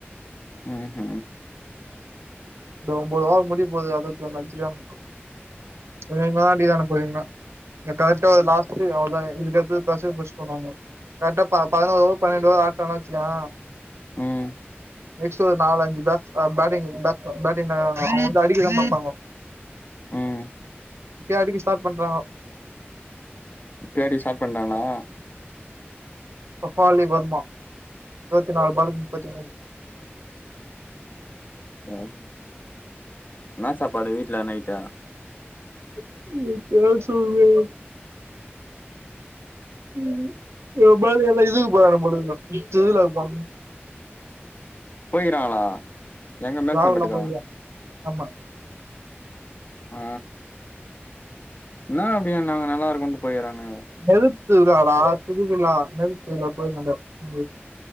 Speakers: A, on the left; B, on the right.
A: ம்ம்ஹ்
B: இந்த ஒன்பது ஓவர் முடிய போது அறுவத்தோண்ணு அச்சுகிறான்னுங்க வேணும்தா அடிக்கிறங்க புள்ளைங்கள கரெக்டா லாஸ்ட்டு அவ்ளதா இதுக்கடுத்து பிரஷர் புஷ் பண்ணுவாங்கோ கரெக்டா ப பதினோ ஓவர் பன்னெண்டு ஓவர் ஆட்னா வச்சிக்கோவ
A: ம்
B: நெக்ஸ்ட் ஒரு நாலு அஞ்சு பேஸ்ட் பேட்டிங் பேஸ்ட் பேட்டிங்கறாங்கோ அவுங்க வந்து அடிக்கத பாப்பாங்கோ
A: ம்
B: இப்பயே அடிக்க ஸ்டார்ட் பண்றாங்கோ
A: தேடீ ஸ்டார்ட் பண்றாங்ளா
B: பஃபாலி வர்மா இருவத் நாலு பாலுக்கு முப்பத்தி மூணு
A: <unintelligible> என்ன சாப்பாடு வீட்ல நைட்டு
B: <unintelligible> ம் <unintelligible> இதுக்கு போறாங்க போலாங்க போலா இருக்கு திருவிழாக்கு
A: போய்க்கிறாங்களா
B: <unintelligible>
A: எங்க மேல்செம்பட்டுக்கா
B: <unintelligible> <unintelligible> ஆமா
A: ஆ என்ன அப்டி நாங்க நல்லா இருக்கோண்டு போயிறாங்க
B: நெறுத் திருவிழாடா திருவிழா நெறுத்து திருவிழா கோயிலாண்டா ம்